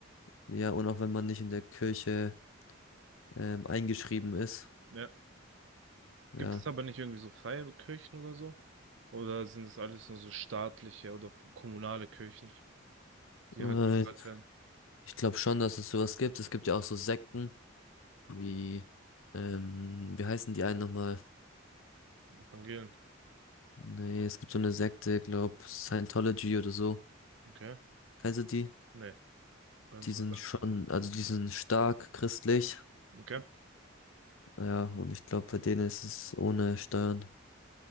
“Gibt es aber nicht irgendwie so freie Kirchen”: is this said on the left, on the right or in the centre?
Right